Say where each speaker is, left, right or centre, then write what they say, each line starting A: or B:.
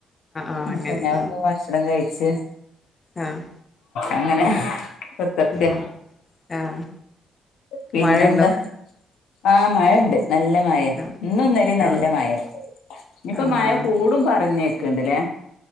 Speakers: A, on the left (about 20°); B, on the left (about 80°).
A: ആഹ്
B: അപ്പ
A: അങ്ങനെ
B: ഞാൻ ഇവട്ന്ന്
A: ആഹ്
B: ഭക്ഷണം കഴിച്.
A: ആഹ്
B: അങ്ങനെ. തൊക്കെ
A: ഉം ആഹ്
B: പിന്നെന്താ.
A: മഴയുണ്ടോ
B: ആഹ് മഴണ്ട് നല്ല മയെ
A: ആഹ്
B: ഇന്നു ഇന്നലിം നല്ല
A: ആഹ്
B: മയെ. ഇഞ്ഞ്പ്പം
A: ആഹ്
B: മയ കൂടും പറഞ്ഞേക്ക്ണ്ട്ലേ.